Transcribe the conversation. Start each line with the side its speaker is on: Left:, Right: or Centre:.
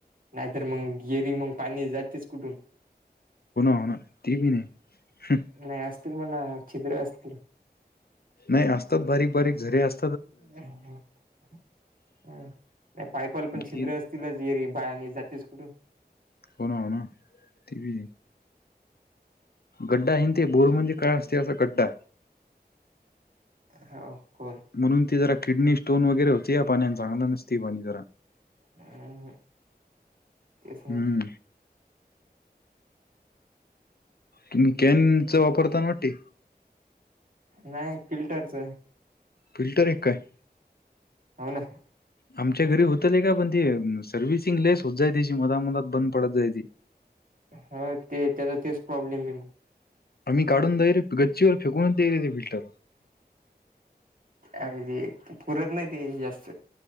Right: नाहीतर मग गिरी मग पाणी जातेच कुठून?
Left: होना ते भी नही. हम्म.
Right: नाही. असतील मण छिद्र असतील.
Left: नाही. असतात बारीक बारीक झरे अस
Right: हम्म हम्म. नाही पायपाला पण छिद्र
Left: ती
Right: अस तिलाच येरी बाळानी जातेस कुठून?
Left: हो ना, हो ना. ते भी. गड्डा आहे ते बोर मध्ये काय असते असा गड्डा.
Right: होवं कोण?
Left: म्हणून ती जरा किडनी स्टोन वगैरे होती या पाण्यान चांगला नसती पाणी जरा.
Right: हम्म तेच
Left: हम्म
Right: ना.
Left: तुम्ही कॅनचा वापरता ना वाटे?
Right: नाही फिल्टरच.
Left: फिल्टर हे का काय?
Right: हो ना.
Left: आमच्या घरी होत ले का पण ते सर्व्हिसिंग लेस होत जाई त्याची मधा मधात बंद पडत जाय ती
Right: हो ते त्याचा तेच प्रॉब्लेम आहे म
Left: आम्ही काढून दायरेक गच्चीवर फेकूनच दई रे ते फिल्टर.
Right: अ ते पुरत नाही ते जास्त.